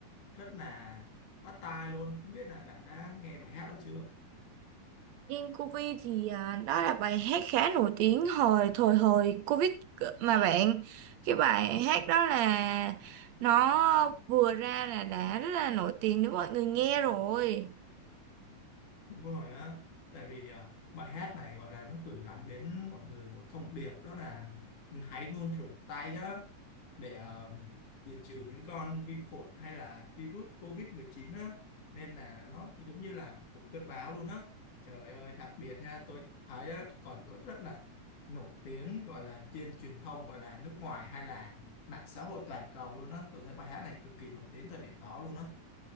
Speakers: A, on the left; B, on the right.
A: rất là bắt tai luôn. Không biết là bạn đã nghe bài hát đó chưa?
B: Đen Covid thì à, đó là bài hát khá nổi tiếng hồi thời hồi Covid cơ- mà bạn cái bài hát đó là nó vừa ra là đã rất là nổi tiếng đến mọi người nghe rồi
A: Đúng rồi á, tại vì à, bài hát này gọi là nó gửi gắm đến mọi người một thông điệp đó là hãy luôn rửa tay á để à, diệt trừ những con vi khuẩn hay là virus COVID-19 á nên là nó giống như là một cơn bão luôn á. Trời ơi, đặc biệt nha, tôi thấy á, còn rất rất là nổi tiếng gọi là trên truyền thông gọi là nước ngoài hay là mạng xã hội toàn cầu luôn á. Tôi thấy bài hát này cực kỳ nổi tiếng thời điểm đó luôn á.